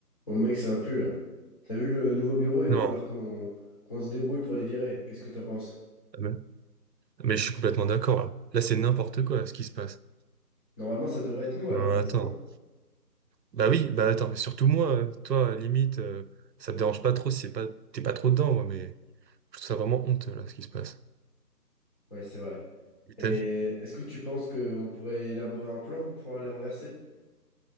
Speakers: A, on the left (about 30°); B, on the right (about 80°).
A: Bon mec, ça va plus là. T'as vu le nouveau bureau, il va
B: Non,
A: falloir qu'on qu'on se débrouille pour les virer. Qu'est-ce que t'en penses?
B: ah, mais mais je suis complètement d'accord. Là, Là, c'est n'importe quoi ce qui se passe.
A: Normalement, ça devrait être nous
B: Non,
A: à leur place,
B: attends.
A: non?
B: Bah oui, bah attends, mais surtout moi, euh, toi, limite, euh, ça me dérange pas trop si c'est pas, t'es pas trop dedans, moi, mais je trouve ça vraiment honteux, là, ce qui se passe.
A: Ouais, c'est vrai.
B: Mais t'as
A: Et
B: vu?
A: est-ce que tu penses qu'on pourrait élaborer un plan pour pouvoir les renverser?